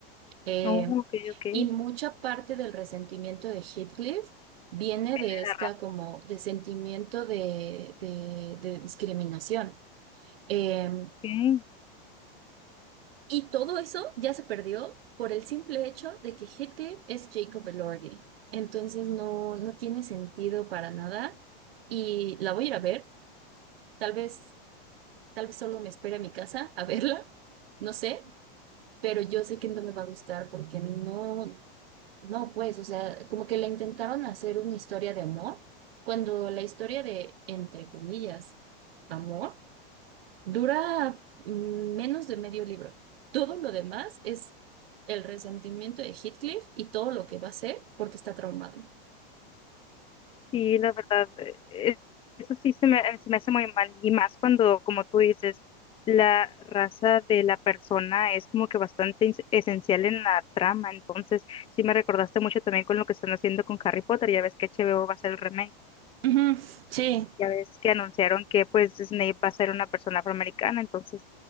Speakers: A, on the right (about 75°); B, on the left (about 20°).
A: Eh,
B: oh, ok, ok.
A: y mucha parte del resentimiento de Heathcliff viene
B: Tiene
A: de esta
B: la razón.
A: como de sentimiento de, de- de discriminación. Eh,
B: Sí,
A: y todo eso ya se perdió por el simple hecho de que Heathcliff es Jacob Elordi. Entonces no, no tiene sentido para nada. Y la voy a ir a ver. Tal vez, tal vez solo me espere a mi casa a <laughs> verla. No sé. Pero yo sé que no me va a gustar porque no. No, pues, o sea, como que le intentaron hacer una historia de amor, cuando la historia de, entre comillas, amor, dura mm, menos de medio libro. Todo lo demás es el resentimiento de Heathcliff y todo lo que va a ser porque está traumado.
B: sí, la verdad, eh, eso sí se me, se me hace muy mal. Y más cuando, como tú dices, la raza de la persona es como que bastante ins- esencial en la trama. Entonces, sí me recordaste mucho también con lo que están haciendo con Harry Potter. Ya ves que HBO va a hacer el remake.
A: Ujú, sí,
B: Ya ves que anunciaron que pues Snape va a ser una persona afroamericana, entonces